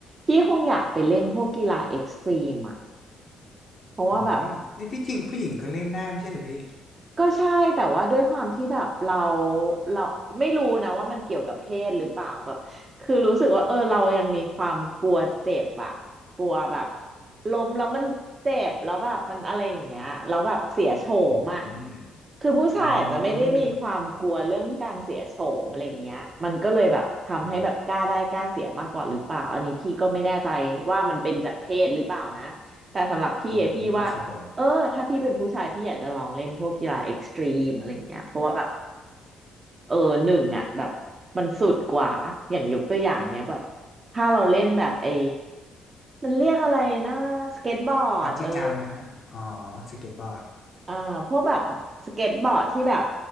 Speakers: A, on the right; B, on the left.
A: พี่คงอยากไปเล่นพวกกีฬาเอ็กซ์ตรีมอ่ะเพราะว่าแบบ
B: อืมนี่ที่จริงผู้หญิงก็เล่นได้ไม่ใช่เหรอพี่
A: ก็ใช่แต่ว่าด้วยความที่แบบเราเราไม่รู้นะว่ามันเกี่ยวกับเพศหรือเปล่าแบบคือรู้สึกว่าเออเรายังมีความกลัวเจ็บอะกลัวแบบล้มแล้วมันเจ็บแล้วแบบมันอะไรอย่างเงี้ยแล้วแบบเสียโฉมอะ
B: อืม
A: คือผู้ชายอาจจะไม่ได้มีความกลัวเรื่องการเสียโฉมอะไรอย่างเงี้ยมันก็เลยแบบทำให้แบบกล้าได้กล้าเสียมากกว่าหรือเปล่าอันนี้พี่ก็ไม่แน่ใจว่ามันเป็นจากเพศหรือเปล่านะแต่สำหรับพี่อะพี่ว่า
B: อืมอืมอืมครับผม
A: เออถ้าพี่เป็นผู้ชายพี่อยากจะลองเล่นพวกกีฬาเอ็กซ์ตรีมอะไรอย่างเงี้ยเพราะว่าแบบเออหนึ่งอ่ะแบบมันสุดกว่าอย่างยกตัวอย่างเนี้ยแบบถ้าเราเล่นแบบไอ้มันเรียกอะไรนะสเก็ตบอร์ดเออ
B: บันจี้จัมป์ไหมฮะอ๋อสเก็ตบอร์ด
A: อ่าพวกแบบสเก็ตบอร์ดที่แบบ